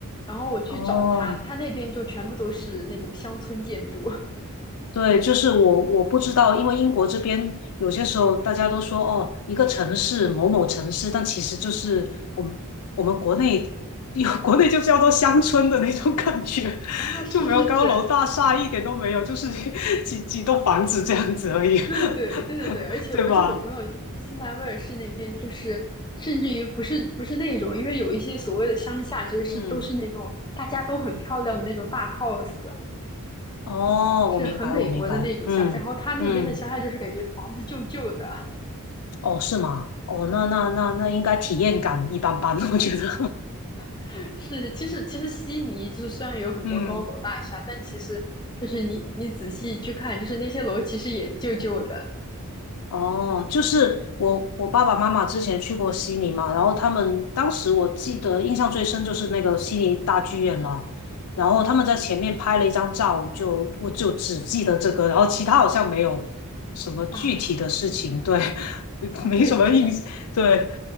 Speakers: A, on the left; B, on the left.
A: 然后我去找他，
B: 哦，
A: 他那边就全部都是那种乡村建筑 <laughs>
B: 对，就是我我不知道，因为英国这边有些时候大家都说哦，一个城市某某城市，但其实就是我们我们国内有 <laughs> 国内就叫做乡村的那种感觉，
A: 啊，
B: <laughs>
A: 是是是，
B: 就没有高楼大厦，一点都没有，就是几几栋房子这样子而已，
A: 对对对对对对，
B: <laughs>
A: 而且而且我朋友新南威尔士那边就是，
B: 对吧？
A: 甚至于不是不是那种，因为有一些所谓的乡下，其实是都是那种大家都很漂亮的那种大
B: 嗯，
A: house，
B: 哦，
A: 就是很美国的那种乡下。
B: 我明白，我明白，嗯嗯，
A: 然后他那边的乡下就是感觉房子旧旧的，
B: 哦，是吗？哦，那那那那应该体验感一般般，我觉得，
A: <laughs> 是其实其实悉尼就是虽然有很多高楼大厦，
B: <laughs> 嗯。
A: 但其实就是你你仔细去看，就是那些楼其实也旧旧的
B: 哦，就是我我爸爸妈妈之前去过悉尼嘛，然后他们当时我记得印象最深就是那个悉尼大剧院了，然后他们在前面拍了一张照，就我就只记得这个，然后其他好像没有什么具体的事情，
A: 啊
B: 对，<laughs>
A: 啊，
B: 没什么印，
A: 对，确实
B: 对，